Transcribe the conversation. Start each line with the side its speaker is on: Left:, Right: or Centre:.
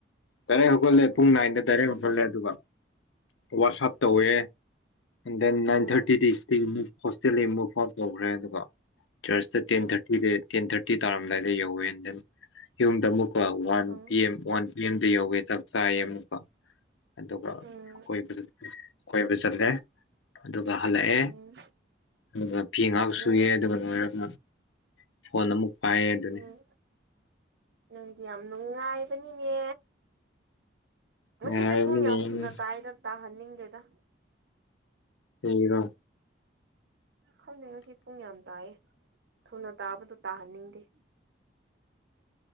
Left: ꯗꯥꯔꯦꯛ ꯍꯧꯒꯠꯂꯦ
Right: ꯎꯝ
Left: ꯄꯨꯡ ꯅꯥꯏꯟꯗ ꯗꯥꯏꯔꯦꯛ ꯍꯧꯒꯠꯂꯦ ꯑꯗꯨꯒ ꯋꯥꯛꯁꯞ ꯇꯧꯋꯦ ꯅꯟ
Right: ꯎꯝ
Left: ꯅꯏꯟ ꯊꯔꯇꯤꯗꯤ ꯏꯁ ꯍꯣꯁꯇꯦꯜꯗ ꯃꯨꯚ ꯑꯥꯎꯠ ꯇꯧꯈ꯭ꯔꯦ ꯑꯗꯨꯒ ꯆꯔꯆꯇ ꯇꯦꯟ ꯊꯥꯔꯇꯤꯗ ꯇꯦꯟ ꯊꯥꯔꯇꯤ ꯇꯥꯔꯝꯃꯦ ꯌꯧꯋꯦ ꯗ ꯌꯨꯝꯗ ꯑꯃꯨꯛꯀꯣ one
Right: um
Left: P M one P ꯑꯦꯝꯗ ꯌꯧꯋꯦ ꯆꯥꯛ ꯆꯥꯏꯌꯦ ꯑꯃꯨꯛꯀ ꯑꯗꯨꯒ
Right: ꯎꯝ
Left: ꯑꯩꯈꯣꯏꯕꯁꯨ ꯀꯣꯏꯕ ꯆꯠꯂꯦ ꯑꯗꯨꯒ ꯍꯜꯂꯛꯑꯦ
Right: ꯎꯝ
Left: ꯑꯗꯨꯒ ꯐꯤ
Right: ꯅꯨꯡꯉꯥꯏꯔꯦ
Left: ꯉꯥꯏꯍꯥꯛ ꯁꯨꯏ ꯑꯗꯨꯒ ꯂꯣꯏꯔꯒ ꯐꯣꯟ ꯑꯃꯨꯛ ꯐꯌꯦ ꯑꯗꯨꯅꯤ
Right: ꯎꯝ ꯅꯪꯗꯤ ꯌꯥꯝ ꯅꯨꯡꯉꯥꯏꯕꯅꯤꯅꯦ ꯉꯁꯦ
Left: ꯉꯥꯏꯔꯕꯅꯤꯅꯦ
Right: ꯄꯨꯡ ꯌꯥꯝ ꯊꯨꯅ ꯇꯥꯏꯗ ꯇꯥꯍꯟꯅꯤꯡꯗꯦꯗ
Left: ꯔꯣ
Right: ꯈꯪꯉꯩ ꯍꯧꯖꯤꯛ ꯄꯨꯡ ꯌꯥꯝ ꯇꯥꯏꯑꯦ ꯊꯨꯅ ꯇꯥꯕꯗ ꯇꯥꯍꯟꯅꯤꯡꯗꯦ ꯑ